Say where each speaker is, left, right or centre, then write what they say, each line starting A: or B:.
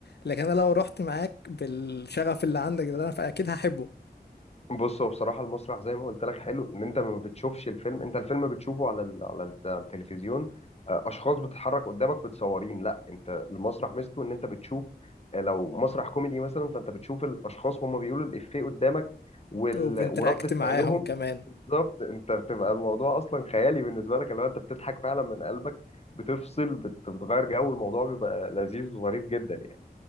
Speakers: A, on the left; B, on the left.
A: لكن انا لو رحت معاك بالشغف اللي عندك ده انا فاكيد هحبه
B: بص هو بصراحة المسرح زي ما قلت لك حلو إن أنت ما بتشوفش الفيلم أنت الفيلم بتشوفه على ال- على الت- التلفزيون آه، أشخاص بتتحرك قدامك متصورين لا أنت المسرح ميزته إن أنت بتشوف آه، لو مسرح كوميدي مثلا فأنت بتشوف الأشخاص وهم بيقولوا الإفيه قدامك وال...
A: وبنتراكت
B: وردة
A: معاهم
B: فعلهم
A: كمان
B: بالظبط أنت بتبقى الموضوع أصلا خيالي بالنسبة لك اللي هو أنت بتضحك فعلا من قلبك بتفصل بت... بتغير جو الموضوع بيبقى لذيذ وظريف جدا يعني